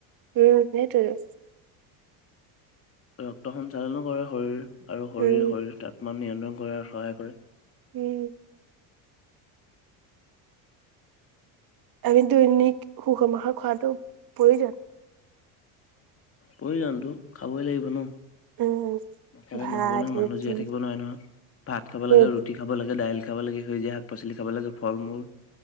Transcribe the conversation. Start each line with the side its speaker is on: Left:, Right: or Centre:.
Right: উম, সেইটোয়ে।
Left: ৰক্ত সঞ্চালনো কৰে শৰীৰ আৰু শৰীৰ
Right: উম
Left: -শৰীৰ তাপমান নিয়ন্ত্ৰণ কৰাত সহায় কৰে।
Right: উম আমি দৈনিক সুখ -মখা খোৱাটো প্ৰয়োজন।
Left: প্ৰয়োজনতো খাবই লাগিব ন',।
Right: উম
Left: নাখালে
Right: ভাত
Left: নহ'ব নহয়
Right: ৰুটি
Left: মানুহ জীয়াই থাকিব নোৱাৰে নহয়। ভাত খাব
Right: সেই
Left: লাগে ৰুটি খাব লাগে দাইল খাব লাগে, সেউজীয়া শাক পাচলি খাব লাগে, ফল মূল,